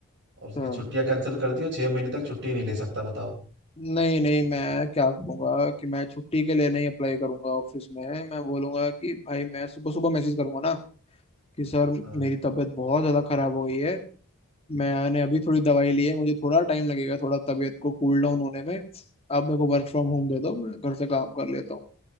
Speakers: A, on the right; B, on the left.
A: और उसकी
B: अच्छा
A: छुट्टियां कैंसिल कर दी और छह महीने तक छुट्टी नहीं ले सकता बताओ
B: नहीं नहीं मैं क्या करूंगा कि मैं छुट्टी के लिए नहीं अप्लाई करूंगा ऑफिस में मैं बोलूंगा कि भाई मैं सुबह सुबह मैसेज करूंगा ना कि सर
A: हाँ
B: मेरी तबीयत बहुत ज़्यादा खराब हो गई है मैंने अभी थोड़ी दवाई ली है मुझे थोड़ा टाइम लगेगा थोड़ा तबीयत को कूल डाउन होने में आप मेरे को वर्क फ्रॉम होम
A: हाँ
B: दे दो मैं घर से काम कर लेता हूँ